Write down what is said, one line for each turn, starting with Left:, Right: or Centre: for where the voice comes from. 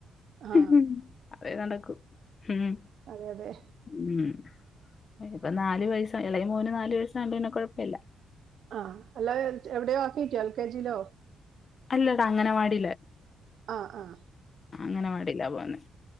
Right: ആ
Left: മ് അതെ നടക്കു. ഉം.
Right: അതെ അതെ
Left: ഉം ഇനിപ്പൊ നാല് വയസാ ഇളയ മോന് നാല് വയസായോണ്ടു പിന്നെ കുഴപ്പില്ല.
Right: ആഹ് എല്ലാ എൽ എവിടെയോ ആക്കിക്കൊ എൽ കെ ജിയിലോ?
Left: അല്ലടാ അങ്ങനവാടിയ്ല്
Right: ആഹ് ആഹ്
Left: അ അംഗൻവാടിലാ പോന്നെ